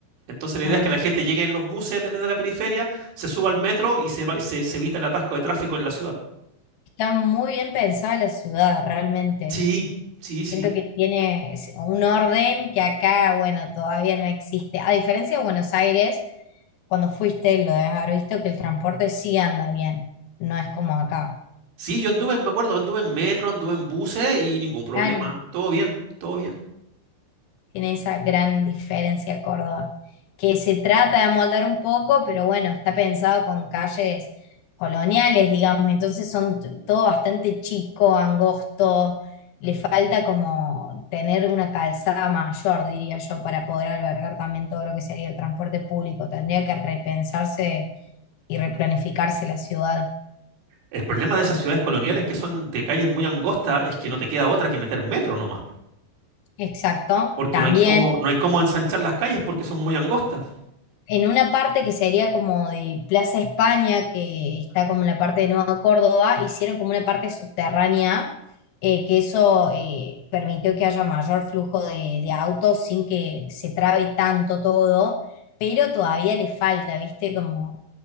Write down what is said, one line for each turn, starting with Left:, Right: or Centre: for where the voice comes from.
Right: Entonces la
Left: Ah.
Right: idea es que la gente llegue en los buses desde la periferia, se suba al metro y se, va- se, se evita el atasco de tráfico en la ciudad.
Left: Está muy bien pensada la ciudad, realmente.
Right: Sí, sí,
Left: Siento
Right: sí.
Left: que tiene es- un orden que acá, bueno, todavía no existe. A diferencia de Buenos Aires, cuando fuiste, lo debes haber visto que el transporte sí anda bien, no es como acá.
Right: Sí, yo anduve, me acuerdo, anduve en metro, anduve en buses y ningún problema.
Left: Claro.
Right: Todo bien, todo bien.
Left: Tiene esa gran diferencia Córdoba, que se trata de amoldar un poco, pero bueno, está pensado con calles coloniales, digamos, entonces son t- todo bastante chico, angosto, le falta como tener una calzada mayor, diría yo, para poder albergar también todo lo que sería el transporte público. Tendría que repensarse y replanificarse la ciudad.
Right: El problema de esas ciudades coloniales que son de calles muy angostas es que no te queda otra que meter metro nomás,
Left: Exacto,
Right: porque
Left: también.
Right: no hay cómo, no hay cómo ensanchar las calles porque son muy angostas.
Left: en una parte que sería como de Plaza España, que está como en la parte de Nueva Córdoba, hicieron como una parte subterránea, eh, que eso eh, permitió que haya mayor flujo de, de autos sin que se trabe tanto todo, pero todavía le falta, ¿viste? Como...